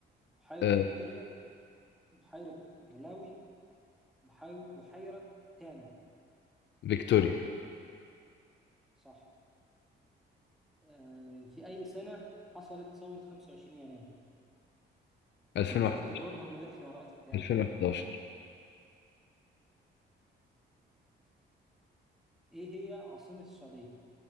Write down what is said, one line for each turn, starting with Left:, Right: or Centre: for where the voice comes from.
Centre: بحيرة
Left: آه
Centre: فيكتوريا، بحيرة ملاوي، بحي... بحيرة تانا
Left: فيكتوريا
Centre: صح. آه في أي سنة حصلت ثورة 25 يناير؟ ممكن
Left: 2001
Centre: تقدر تجاوبها من غير خيارات يعني.
Left: 2011
Centre: إيه هي عاصمة السعودية؟